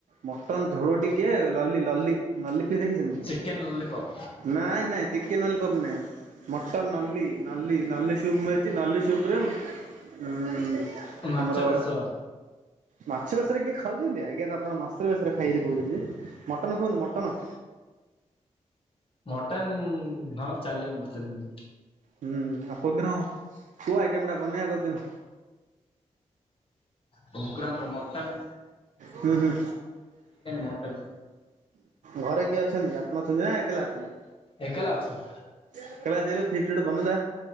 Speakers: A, on the right; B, on the left.
A: ମଟନ୍ ଝୋଳ ଟିକିଏ ଲଲି ଲଲି ନଲି ଫିର୍ ଦେଖି ଥିନ୍
B: ଚିକେନ ଲଲିପପ
A: ନାଇଁ ନାଇଁ ଚିକେନ୍ ନଲିପପ୍ ନାଇହ, ମଟନ୍ ନଲି ନଲି ନଲି ସୁପ୍ ମିଳିଚି ନଲି ସୁପୂ ରେ ଉଁ, ହୁଁ,
B: ମାଛ
A: ଆମର
B: ବେସର
A: ମାଛ ବେଶରେ କିଏ ଖାଉଛନ୍ତି ଆଜ୍ଞା ତ ଆପଣ ମାସ ବେଶରେ ଖାଇ ବୋଲି କହୁଛନ୍ତି ଯେ। ମଟନ୍ କୁହନ୍ତୁ ମଟନ୍।
B: ମଟନ୍ ହଁ ଚାଲିବ ମଟନ୍ ବି।
A: ହୁଁ, ଆଉ କୋଉଦିନ କୋଉ ଆଇଟମ୍ ଟା ବନେଇବା କୋଉଦିନ?
B: ପଗ୍ରାମରେ ମଟନ୍
A: ହୁଁ, ହୁଁ।
B: ମଟନ
A: ଘରେ କିଏ ଅଛନ୍ତି ଆପଣ ଅଛନ୍ତି ନା ଏକଲା ଅଛନ୍ତି?
B: ଏକେଲା ଅଛୁ।
A: ଏକଲା ଅଛି ବୋଲି ଫିଷ୍ଟ ଗୋଟେ ବନେଇଲେ